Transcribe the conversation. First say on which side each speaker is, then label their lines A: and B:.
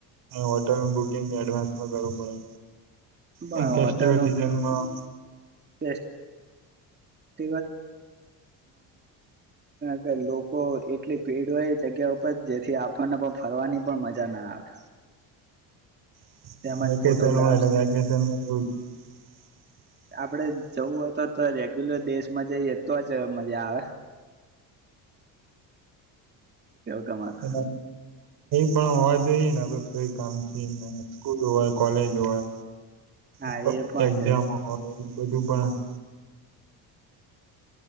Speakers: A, on the right; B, on the right.
A: હોટલનું બુકિંગ એડવાન્સમાં કરવું પડે
B: બણોટેાલું
A: અને ફેસ્ટિવલ સિઝનમાં
B: <inaudible> <inaudible> કે લોકો એટલી ભીડ હોય એ જગ્યા ઉપ જેથી આપણને ફરવાની પણ મજા ના આવે
A: <inaudible>
B: તેમજ ફોટોગ્રાફ્સ કે આપડે જવું તો તો રેગ્યુલર દેશમાં જઈ એતો જ મજા આવે <inaudible> તમારું
A: એ પણ હોવા જોઈએ ને આપ કામ છ સ્કૂલ હોય કોલેજ હોય
B: હા
A: <inaudible>
B: એ પણ છે
A: બધું પણ <inaudible>